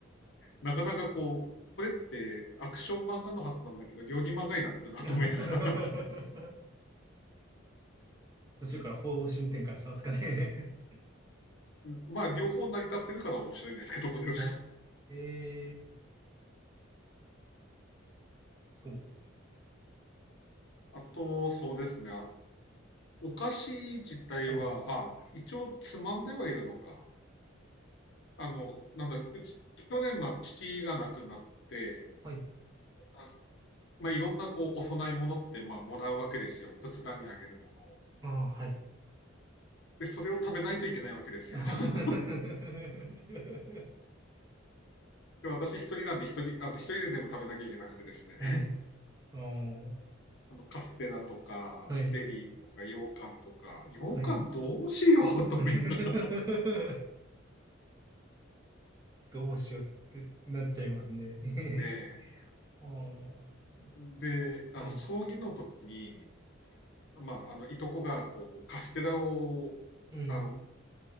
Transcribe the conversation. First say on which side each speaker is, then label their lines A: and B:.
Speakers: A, on the left; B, on the right.
A: なかなかこう、これってアクション漫画のはずなんだけど、料理漫画になってるなと思いながら
B: <laughs> 途中から方針転換したんですかね
A: <laughs> まあ、両方成り立ってるから面白いんですけど、これは。
B: ああ、ええそう。
A: あと、そうですね。お菓子自体は、
B: はい、
A: あ、一応つまんではいるのか。あの、なんだ、うち、去年、まあ、父が亡くなって、
B: はい、
A: あまあ、いろんなこう、お供え物って、まあ、もらうわけですよ。仏壇にあげるものを。
B: ああ、はい。
A: で、それを食べないといけないわけですよ。
B: <laughs>
A: <laughs> で、私一人なんで、一人、あの、一人で全部食べなきゃいけなくてですね。
B: はい、ああ、
A: あの、カステラとか、
B: はい、
A: ゼリーとか、羊羹とか、羊羹どうしようと思いながら
B: はい。<laughs> どうしようってなっちゃいますね。
A: で、
B: <laughs> ああ、そう。
A: で、あの、
B: はい、
A: 葬儀の時に、まあ、あの、いとこが、こう、カステラを、
B: うん、
A: あの、